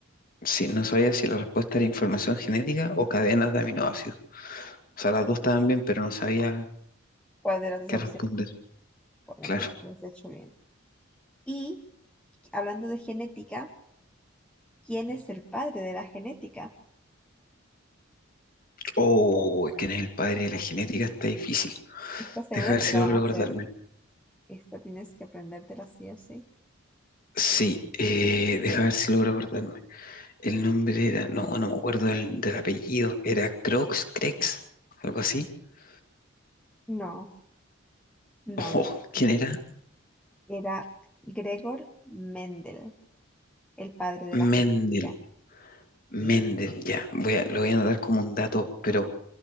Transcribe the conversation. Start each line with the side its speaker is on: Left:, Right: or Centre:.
Left: Sí, no sabía si la respuesta era información genética o cadenas de aminoácidos. O sea, las dos estaban bien, pero no sabía
Centre: ¿Cuál de las dos
Left: qué
Centre: opciones?
Left: responder.
Centre: Bueno,
Left: Claro.
Centre: pero lo has hecho bien. Y hablando de genética, ¿quién es el padre de la genética?
Left: Oh, ¿quién es el padre de la genética? Está difícil.
Centre: ¿Estás segura
Left: Deja ver
Centre: que
Left: si
Centre: te la
Left: logro
Centre: van a
Left: acordarme.
Centre: hacer? Esta tienes que aprendértela sí o sí.
Left: Sí, eh, deja ver si logro acordarme. El nombre era, no, no me acuerdo del, del apellido. Era Crox, Crex, algo así. <laughs>
Centre: No, no, no.
Left: Oh, ¿quién era?
Centre: Era Gregor Mendel, el padre de la genética.
Left: Mendel. Mendel,
Centre: Sí,
Left: ya. Voy a, lo voy a anotar como un dato, pero